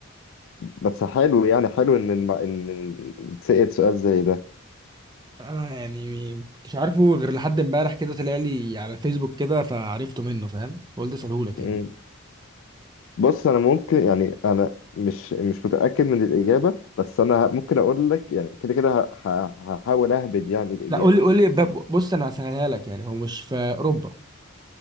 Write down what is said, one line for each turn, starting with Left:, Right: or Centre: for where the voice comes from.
Left: بس حلو يعني حلو إن الم... إن تسأل سؤال زي ده
Right: انا يعني مش عارفه غير لحد امبارح كده طلع لي على الفيسبوك كده فعرفته منه فاهم قلت اساله لك
Left: مم.
Right: يعني
Left: بص أنا ممكن يعني أنا مش مش متأكد من الإجابة بس أنا ه- ممكن أقول لك يعني كده كده ه- ه- هحاول أهبد يعني الإجابة
Right: لا قول لي قول لي ب- بص انا هسهلها لك يعني هو مش في اوروبا